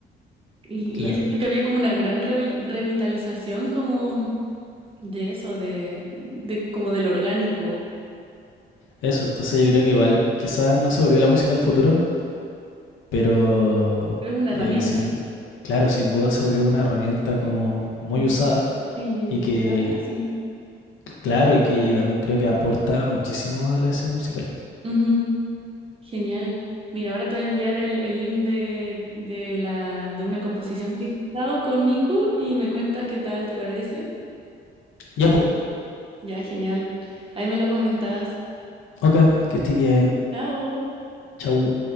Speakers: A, on the right; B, on the left.
A: Y,
B: Claro.
A: y yo siento que había como una gran revi- revitalización como de eso, de, de como del orgánico.
B: Eso, entonces yo creo que igual quizás no se volvió la música del futuro, pero
A: Pero es una
B: eh,
A: herramienta.
B: sin, claro, sin duda se volvió una herramienta como muy
A: Indispen-
B: usada
A: Sí, muy
B: y
A: indispensable
B: que,
A: casi.
B: claro, y que también creo que aporta muchísimo a la escena musical.
A: Ujú, Genial. Mira, ahora te voy a enviar el, el link de, de la, de una composición que he estado con Miku y me cuentas qué tal te parece.
B: Ya, po.
A: Ya, genial. Ahí me lo comentas.
B: Ok, que estés bien.
A: Chao.
B: Chau.